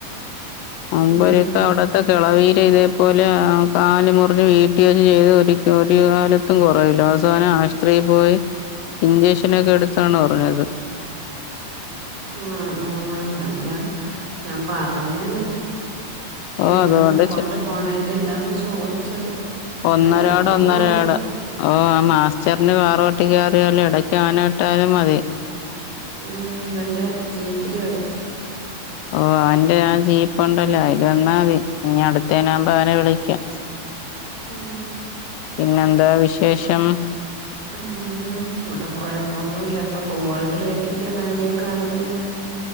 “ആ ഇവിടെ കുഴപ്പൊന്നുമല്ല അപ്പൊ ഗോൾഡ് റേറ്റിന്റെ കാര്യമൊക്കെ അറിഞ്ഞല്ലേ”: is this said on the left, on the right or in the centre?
Right